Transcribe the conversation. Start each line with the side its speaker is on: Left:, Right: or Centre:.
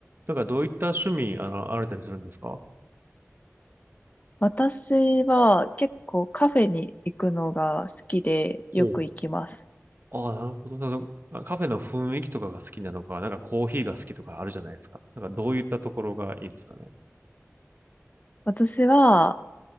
Right: なんかどういった趣味、あの、あられたりするんですか
Left: 私は結構カフェに行くのが好きでよく行きます。
Right: ほう。ああ、なるほど。だからそのカフェの雰囲気とかが好きなのか、なんかコーヒーが好きとかあるじゃないですか。なんかどういったところがいいんですかね。
Left: 私は、